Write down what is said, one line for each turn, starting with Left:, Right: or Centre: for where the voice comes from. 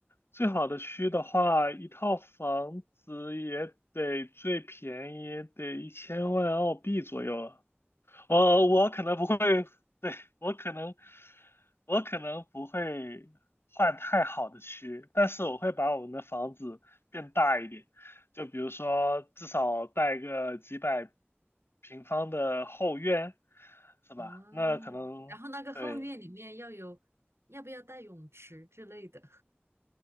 Left: 最好的区的话，一套房子也得最便宜也得一千万澳币左右了。呃，
Right: 哦，
Left: 我可能不会，对，我可能，我可能不会换太好的区，但是我会把我们的房子变大一点，就比如说至少带个几百平方的后院，是吧？
Right: 啊，
Left: 那可能，
Right: 然后那个后院里面要有，
Left: 对，
Right: 要不要带泳池之类的？